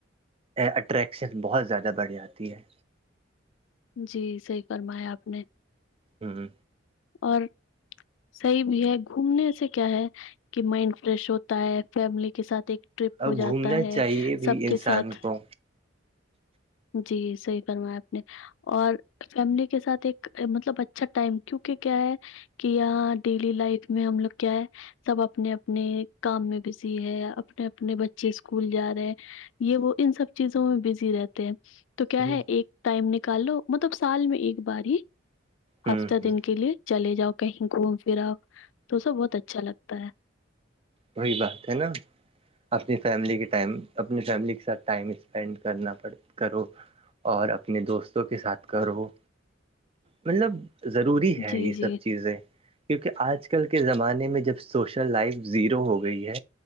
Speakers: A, on the right (about 30°); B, on the left (about 75°).
A: اٹریکشن بہت زیادہ بڑھ جاتی ہے
B: جی صحیح کرمایا آپ نے
A: ہوں ہ
B: اور صحیح بھی ہے گھومنے سے کیا ہے کہ مائنڈ فریش ہوتا ہے فیملی کے ساتھ ایک ٹرپ
A: اور
B: ہو
A: گھومنا
B: جاتا ہے
A: چاہیے بھی
B: سب
A: انسان
B: کے ساتھ
A: کو
B: جی صحیح فرمایا آپ نے اور فیملی کے ساتھ ایک مطلب اچھا ٹائم کیونکہ کیا ہے کہ ڈیلی لائف میں ہم لوگ کیا ہے سب اپنے اپنے کام میں بزی ہے اپنے اپنے بچے اسکول جا رہے ہیں یہ وہ ان سب چیزوں میں بزی رہتے ہیں تو کیا
A: ہ
B: ہے ایک ٹائم نکال لو مطلب سال میں ایک بار ہی
A: ہ
B: ہفتہ دن کے لیے چلے جاؤ کہیں گھوم پھراؤ تو سب بہت اچھا لگتا ہے
A: وہی بات ہے نا <unintelligible> اپنی فیملی کے ٹائم اپنی فیملی کے ساتھ ٹائم اسپینڈ کرنا کرو اور اپنے دوستوں کے ساتھ کرو مطلب ضروری ہے
B: جی
A: یہ
B: جی
A: سب چیزیں کیونکہ آج کل کے زمانے میں جب سوشل لائف زیرو ہو گئی ہے